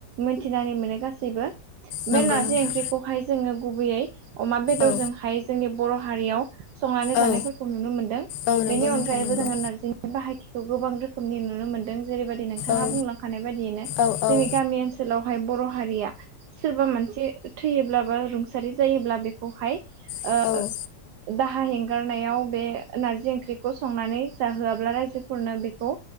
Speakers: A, on the right; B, on the left.
A: मोनथिनानै मोनो गासैबो बे
B: नंगौ
A: नारजि
B: नोंथां
A: ओंख्रिखौहाय जोङो गुबैयै अमा बेदरजोंहाय
B: औ
A: जोंनि बर' हारियाव संनानै जानायफोरखौ
B: औ
A: नुनो मोनदों
B: औ नंगौ
A: बेनि अनगायैबो
B: नोंथां नंगौ
A: जोङो नारजिनि बाहायथिखौ गोबां रोखोमनि नुनो मोनदों जेरैबायदि नोंथाङा
B: औ
A: बुंलांखानाय बायदियैनो
B: औ
A: जोंनि
B: औ
A: गामि ओनसोलावहाय बर' हारिया सोरबा मानसि थैयोब्ला बा रुंसारि जायोब्ला बेखौहाय
B: औ
A: ओ दाहा हेंगारनायाव बे नारजि ओंख्रिखौ संनानै जाहोआब्ला रायजोफोरनो बे बेखौ‌